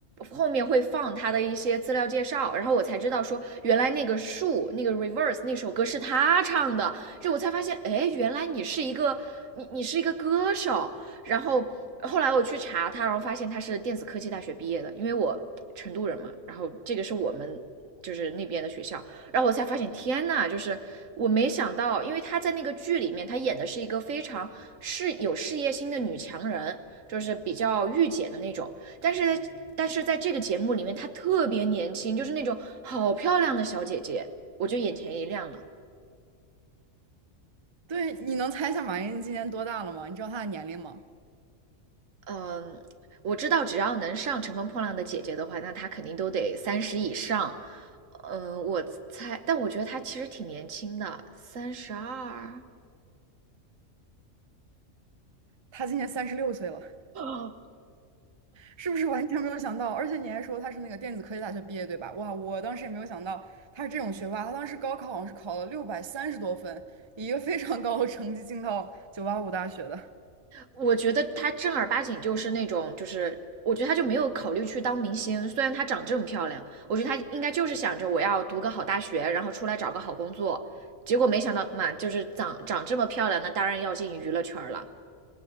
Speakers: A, on the right (about 85°); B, on the right (about 25°).
A: 后面会放他的一些资料介绍，然后我才知道说，原来那个树，那个 reverse 那首歌是他唱的，就我才发现，哎，原来你是一个你你是一个歌手，然后后来我去查他，然后发现他是电子科技大学毕业的，因为我成都人嘛，然后这个是我们就是那边的学校，然后我才发现，天呐，就是我没想到，因为她在那个剧里面，她演的是一个非常事有事业心的女强人，就是比较御姐的那种。但是但是在这个节目里面，她特别年轻，就是那种好漂亮的小姐姐，我就眼前一亮了。
B: 对，你能猜一下马莹今年多大了吗？你知道她的年龄吗？
A: 嗯，我知道只要能上《乘风破浪的姐姐》的话，那她肯定都得三十以上。嗯，我猜，但我觉得她其实挺年轻的，三十二。
B: 她今年三十六岁了。
A: 啊
B: 是不是完全没有想到？而且你还说他是那个电子科技大学毕业，对吧？哇，我当时也没有想到他是这种学霸。他当时高考好像是考了六百三十多分，以一个非常高的成绩进到九八五大学的。
A: 我觉得她正儿八经就是那种，就是我觉得她就没有考虑去当明星。虽然她长这么漂亮，我觉得她应该就是想着我要读个好大学，然后出来找个好工作。结果没想到嘛，就是长长这么漂亮，那当然要进娱乐圈了。